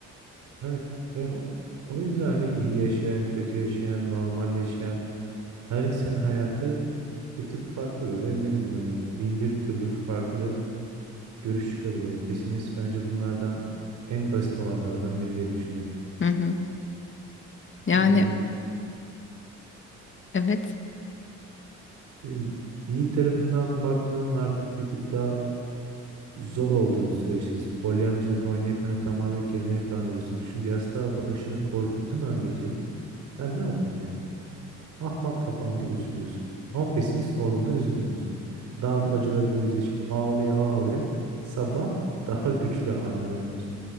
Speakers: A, on the right; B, on the left.
A: Evet. Ve o o yüzden hani iyi yaşayan, kötü yaşayan, normal yaşayan her insanın hayatı bir tık farklı da ben ne bileyim hani bin bir türlü farklı görüş çıkabilir. Yani pesimist bence bunlardan en basit olanlardan biri diye düşünüyorum.
B: Hı hı. Yani
A: Bilmiyorum hani
B: evet.
A: e, iyi tarafından bakmanın artık bir tık daha zor olduğu bir süreçteyiz. Polyanacılık oynayıp hani tamamen kendini kandırıyorsun. Çünkü yastığa başını koyduğun an gece ben ne yaptım ya? Ahmak kafam diye üzülüyorsun. Ama pesimist olduğunda üzülmüyorsun. Daha da acılarına yüzleşip ağlaya ağlaya sabah daha güçlü haline uyanıyorsun.